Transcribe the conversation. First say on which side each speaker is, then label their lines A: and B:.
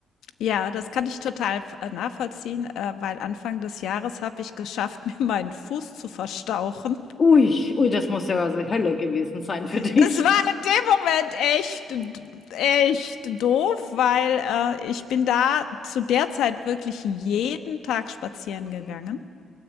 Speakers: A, on the left; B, on the left.
A: Ja, das kann ich total äh, nachvollziehen, äh, weil Anfang des Jahres habe ich geschafft, <laughs> mir meinen Fuß zu verstauchen.
B: Ui, ui, das muss ja also Hölle gewesen sein für dich.
A: Das war in dem Moment echt, d- echt doof, weil äh, ich bin da zu der Zeit wirklich jeden Tag spazieren
B: Mhm,
A: gegangen.